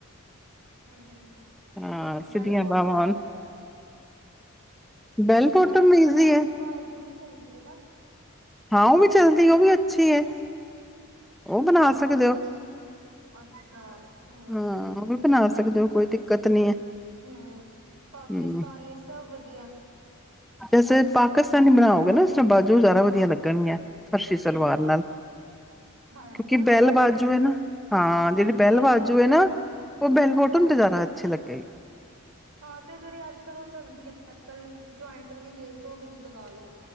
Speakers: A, on the right (about 85°); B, in the centre.
A: ਹਮ
B: ਹਾਂ ਸਿੱਧੀਆਂ
A: ਬੈਲ ਬੋਟਮ
B: ਬਾਹਵਾਂ ਹੋਣ
A: ਵਗੈਰਾ,
B: ਬੈਲ ਬੋਟਮ
A: ਅੱਜ ਕੱਲ੍ਹ
B: ਈਜ਼ੀ
A: ਬੈਲ
B: ਹੈ
A: ਬਾਜ਼ੂ ਵੀ ਚੱਲਦੀ ਨਾ।
B: ਹਾਂ, ਉਹ ਵੀ ਚੱਲਦੀ ਉਹ ਵੀ ਅੱਛੀ ਹੈ। ਉਹ ਬਣਾ
A: ਹਾਂ ਉਹ
B: ਸਕਦੇ
A: ਵਿੱਚ
B: ਹੋ
A: ਅੱਛਾ। ਹਮ
B: ਹਾਂ ਉਹ ਵੀ ਬਣਾ ਸਕਦੇ ਹੋ
A: ਚ
B: ਕੋਈ ਦਿੱਕਤ ਨੀ
A: ਹਮ
B: ਹੈ
A: ਪਾਕਿਸਤਾਨੀ
B: ਹਮ
A: ਸਭ ਵਧੀਆ
B: ਜੈਸੇ ਪਾਕਿਸਤੀ ਬਣਾਓਗੇ ਨਾ ਉਸ ਬਾਜੂ ਜ਼ਾਰਦਾ ਵਧੀਆ ਲੱਗਣਗੀਆਂ। ਸਤਿ ਸ੍ ਸਲਵਾਰ
A: ਹਮ
B: ਨਾਲ
A: ਹਾਂਜੀ
B: ਕਿਉਂਕਿ
A: ਹਨਾ
B: ਬੈਲ
A: ਉਹ ਵਧੀਆ
B: ਬਾਜੂ
A: ਲੱਗੀ
B: ਹੈ ਨਾ। ਹਾਂ, ਜਿਹੜੀ
A: ਅੱਜ
B: ਬੈਲ
A: ਕੱਲ
B: ਬਾਜੂ
A: ਉਹ ਵਾਲੀ
B: ਹੈ ਨਾ, ਉਹ ਬੈਲ
A: ਹਾਂਜੀ
B: ਫੋਟੋ ਨੂੰ ਤੇ ਜ਼ਿਆਦਾ ਛਿਲਕ
A: ਹਾਂ, ਤੇ ਉਹ ਜਿਹੜੀ ਅੱਜ -ਕੱਲ੍ਹ ਉਹ ਚੱਲਦੀ ਆ। ਕੱਲ ਜੁਆਇੰਟ ਵਾਲੀ ਲੇਸ ਹੋ ਵਿੱਚ ਲਗਾ ਲੋ।